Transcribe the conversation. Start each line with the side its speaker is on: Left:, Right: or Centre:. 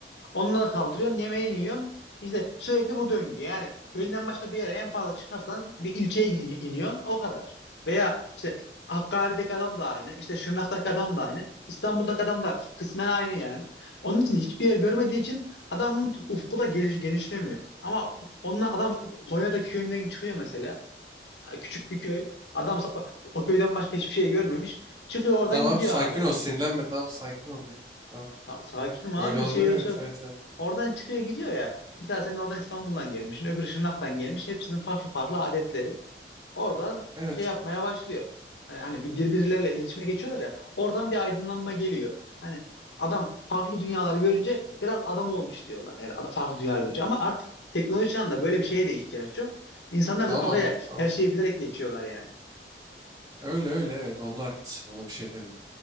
Left: Onları kaldırıyorsun, yemeğini yiyorsun. İşte sürekli bu döngü. Yani köyünden başka bir yere en fazla çıkarsan bir ilçeye in- iniyorsun. O kadar. Veya işte Hakkari'deki adam da aynı. işte Şırnak'taki adam da aynı. İstanbul'daki adam da kısmen aynı yani. Onun için hiçbir yer görmediği için adamın ufku da geliş, genişlemiyor. Ama onunla adam Konya'daki köyünden çıkıyor mesela. Ha, Küçük bir köy. Adam sa- o köyden başka hiçbir şey görmemiş. Çıkıyor oradan
Right: Tamam
Left: gidiyor
Right: abi sakin
Left: abi.
Right: ol. Sinirlenme. Tamam sakin ol ya. Tamam.
Left: Ha, sakinim abi
Right: Öyle olabilir.
Left: bir şey yok.
Right: Evet.
Left: şey yok.
Right: Evet. Evet.
Left: Oradan çıkıyor gidiyor ya. Mesela sen oradan İstanbul'dan gelmişsin, öbürü Şırnak'tan gelmiş. Hepsinin farklı farklı adetleri. Oradan
Right: Evet.
Left: şey yapmaya başlıyor. Ee, hani bir- birbirleriyle iletişime geçiyorlar ya. Oradan bir aydınlanma geliyor. Hani adam farklı dünyalar görünce biraz adam olmuş diyorlar. Yani ada- farklı dünyalar görünce. Ama artık teknoloji çağında böyle bir şeye de ihtiyaç yok. İnsanlar
Right: Tamam
Left: zaten oraya
Right: anladım tamamdır.
Left: her şeyi bilerek geçiyorlar yani.
Right: Öyle öyle evet onda haklısın ona bir şey demiyorum.